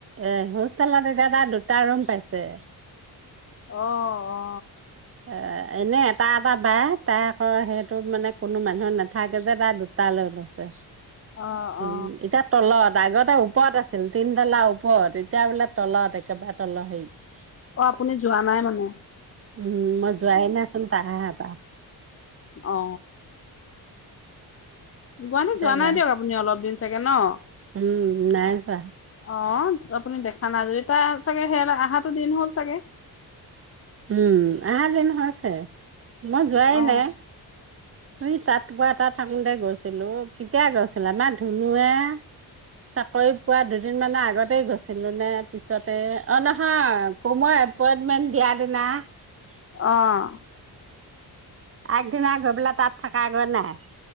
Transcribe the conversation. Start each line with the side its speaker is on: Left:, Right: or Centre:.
Right: এ, হোষ্টেলত এতিয়া তাই দুটা ৰুম পাইছে।
Left: অ অ
Right: এ এনে এটা, এটা পায়, তাই আকৌ সেইটো মানে কোনো মানুহ নাথাকে যে, তাই দুটা লৈ লৈছে।
Left: অ
Right: উম,
Left: অ
Right: এতিয়া তলত আগতে ওপৰত আছিল, তিনতালা ওপৰত এতিয়া বোলে তলত একেবাৰে তলৰ হেয়িত
Left: অ', আপুনি যোৱা নাই মানে?
Right: উম, মই যোৱা নাইচোন তাই আহা পৰা।
Left: অ গুৱাহাটীত
Right: এতিয়া
Left: যোৱা নাই
Right: যা
Left: দিয়ক আপুনি অলপ দিন চাগে ন?
Right: উম নাই যোৱা।
Left: অ', আপুনি দেখা যদি তাই আহাটো চাগে সেয়া অহাটো দিন হ'ল চাগে।
Right: উম, আহা দিন হৈছে। মই যোৱাই
Left: অ
Right: নাই। সি তাত বা তাত থাকোঁতে গৈছিলোঁ, কেতিয়া গৈছিলা, আমাৰ ধুনুুৱে চাকৰি পোৱা দুদিন মানৰ আগতে গৈছিলোঁ নে পিছতে অ' নহয় আকৌ মই এপইন্টমেন্ট দিয়া <unintelligible>
Left: অ'।
Right: আগদিন গৈ পেলাই তাত থাকা গৈ নাই।